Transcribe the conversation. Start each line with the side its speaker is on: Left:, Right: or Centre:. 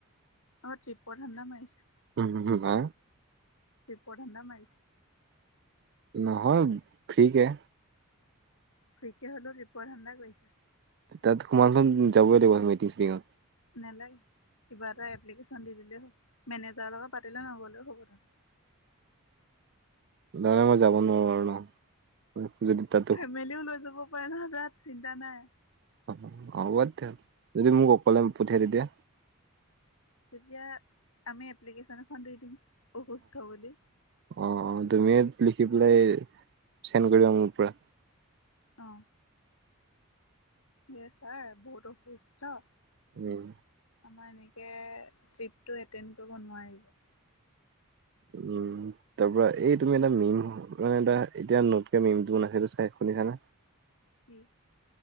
Left: অ ত্ৰিপৰ ধাণ্ডা মাৰিছা?
Right: উম হো হো হা।
Left: ট্ৰিপৰ ধান্দা মাৰিছ?
Right: নহয় ফ্ৰী কে।
Left: ফ্ৰীকে হ'লেও ট্টিপৰ ধান্দা কৰিছাঁ।
Right: তাত হোমা হুম যাবই লাগিব মিটিং চিটিংত।
Left: নেলাগে, এটা এপ্লিকেশন দি দিলে হল। মেনেজাৰৰ লগত পাতিলে নগ'লেও হ'ব তাত।
Right: নাই মই যাব নোৱাৰো আৰু ন। যদি তাত।
Left: ফেমিলিও লৈ যাব পাৰে নহয় তাত চিন্তা নাই।
Right: অ হ'ব তেতিয়া হ'লে যদি মোক অকলে পঠিয়াই তেতিয়া
Left: তেতিয়া আমি এপ্লিকেশ্যন এখন দি দিম অসুস্থ বুলি৷
Right: অ-অ তুমিয়ে লিখি পেলাই চেণ্ড কৰিবা মোৰ পৰা৷
Left: অ যে ছাৰ বহুত অসুস্থ
Right: উম।
Left: আমাৰ এনেকে ট্ৰিপটো এটেণ্ড কৰিব নোৱাৰিব।
Right: উম। তাৰ পৰা এই তুমি এটা মিম এটা এতিয়া নোতকে মিমটো বনাইছে এইটো চাই শুনিছানে?
Left: কি?